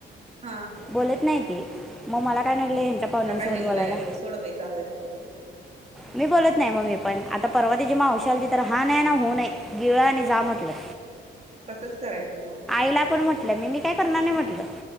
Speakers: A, on the right; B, in the centre.
A: हा
B: बोलत नाईती म मला काय नडलंय
A: हिला
B: हेंच्या पावन्यांनसोबत
A: काय हिंगलायचं
B: बोलायला?
A: सोडं बाई जाऊ द्या तिकडं.
B: मी बोलत नाय म मीपण आता परवा तीजी
A: हम्म
B: मावशी आल्तीतर हां नाय आना हुं नाई गिळा आणि जा म्हटलं
A: तसंच करायचं म होय.
B: इला पण म्हंटलं मी नई काय करणार नई म्हटलं